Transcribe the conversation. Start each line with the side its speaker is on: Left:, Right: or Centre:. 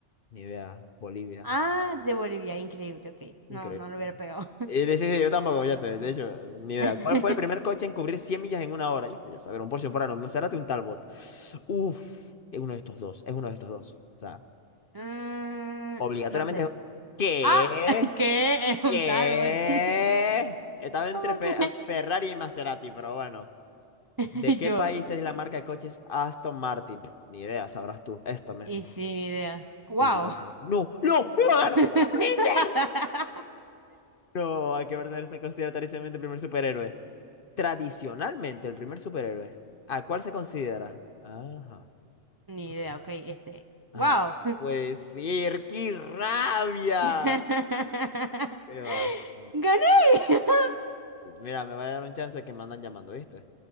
Left: Ni idea. Bolivia.
Right: Ah, de Bolivia. Increíble. Ok.
Left: Increíble.
Right: No, no lo hubiera pegado.
Left: Y le sí, sí, yo tampoco, fíjate. De hecho, ni idea.
Right: <laughs>
Left: ¿Cuál fue el primer coche en cubrir 100 millas en una hora? Yo voy a saber, un Porsche Ferrari, un Maserati, un Talbot. Uf, es uno de estos dos. Es uno de estos dos. O sea.
Right: Mm,
Left: Obligatoriamente.
Right: no sé.
Left: ¿Qué?
Right: Ah, <laughs> que es un
Left: ¿Qué?
Right: Talbot. <laughs>
Left: Estaba entre
Right: ¿Cómo
Left: Fe-
Right: que?
Left: Ferrari y Maserati, pero bueno.
Right: <laughs>
Left: ¿De qué
Right: Yo.
Left: país es la marca de coches Aston Martin? Pff, Ni idea, sabrás tú. Esto mismo.
Right: Y sin idea. Wow.
Left: Inglesa. No, no, no, no,
Right: <laughs>
Left: no, no no, no puede ser. No, hay que verdadero se considera tradicionalmente el primer superhéroe. Tradicionalmente el primer superhéroe. ¿A cuál se considera? Ajá.
Right: Ni
Left: Ok.
Right: idea, ok, este.
Left: Ay,
Right: Wow.
Left: no puede ser, qué rabia.
Right: <laughs>
Left: ¿Qué vas?
Right: Gané. <laughs>
Left: Mira, me va a dar un chance que me andan llamando, ¿viste?